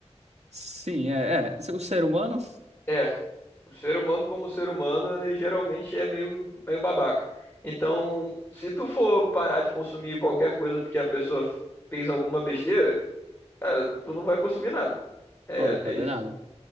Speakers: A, on the right; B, on the left.
A: Sim, é, é. O ser humano,
B: é. O ser humano, como ser humano, ele geralmente é meio, meio babaca. Então, se tu for parar de consumir qualquer coisa porque a pessoa fez alguma besteira, cara, tu não vai consumir nada. É,
A: pô, vai fazer
B: é isso.
A: nada.